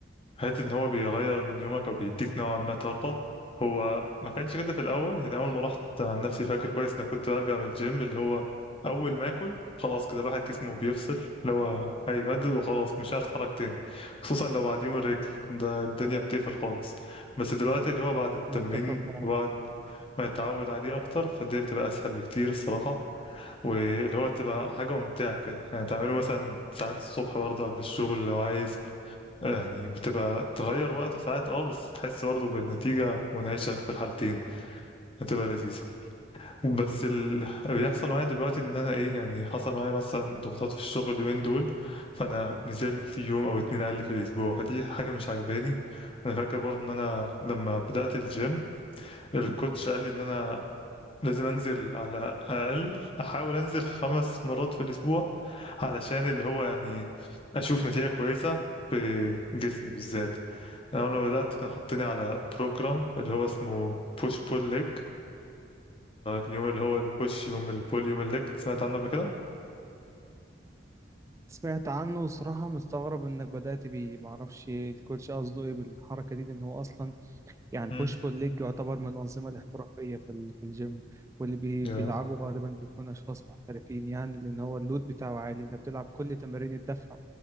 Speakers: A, on the left; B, on the right.
A: حتة ان هو بيغير من يومك او بيديك نوعا ما طاقة هو ما كانش كده في الاول يعني اول ما رحت عن نفسي فاكر كويس ان كنت برجع من الجيم اللي هو اول ما اكل خلاص كده الواحد جسمه بيفصل اللي هو هيمدد وخلاص مش عارف اتحرك تاني خصوصا لو بعد يوم الرجل ده الدنيا بتقفل خالص بس دلوقتي اللي هو بعد التمرين
B: متفق معاك
A: وبعد ما يتعود عليه اكتر فالدنيا بتبقى اسهل بكتير الصراحة واللي هو تبقى حاجة ممتعة كده يعني تعمله مثلا ساعات الصبح برضه قبل الشغل لو عايز آه، يعني بتبقى تغير وقت ساعات اه بس تحس برضه بالنتيجة منعشة في الحالتين هتبقى لذيذة بس اللي بيحصل
B: بالظبط
A: معايا دلوقتي ان انا ايه يعني حصل معايا مثلا ضغوطات في الشغل اليومين دول فانا نزلت يوم او اتنين اقل في الاسبوع فدي حاجة مش عجباني انا فاكر برضه ان انا لما بدأت الجيم الكوتش قال لي ان انا لازم انزل على اقل احاول انزل خمس مرات في الاسبوع علشان اللي هو يعني اشوف نتيجة كويسة في جسمي بالذات انا لما بدأت كان حاطيني على بروجرام اللي هو اسمه بوش بول ليج يوم اللي هو البوش يوم البول يوم الليج سمعت عنه قبل كده
B: سمعت عنه وصراحة مستغرب انك بدأت بيه معرفش الكوتش قصده ايه بالحركة دي لان هو اصلا يعني البوش
A: امم
B: بول ليج يعتبر من الأنظمة الاحترافية في ال- في الجيم واللي بي- بيلعبوا
A: يا
B: غالبا بيكون أشخاص محترفين يعني لأن هو اللود بتاعه عالي أنت بتلعب كل تمارين الدفع